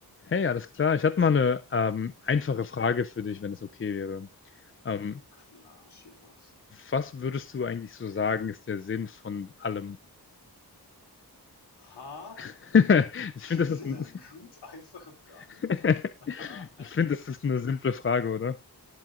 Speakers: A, on the left (about 35°); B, on the left (about 85°).
A: Hey, ja, alles klar. Ich hatte mal eine ähm, einfache Frage für dich, wenn es okay wäre. Ähm,
B: Klar, schieß los.
A: was würdest du eigentlich so sagen, ist der Sinn von allem?
B: Ha?
A: <laughs> Ich
B: Geht's
A: finde, das ist
B: dir
A: ein
B: noch gut? Einfache Frage.
A: <laughs>
B: <laughs>
A: ich finde, das ist eine simple Frage, oder?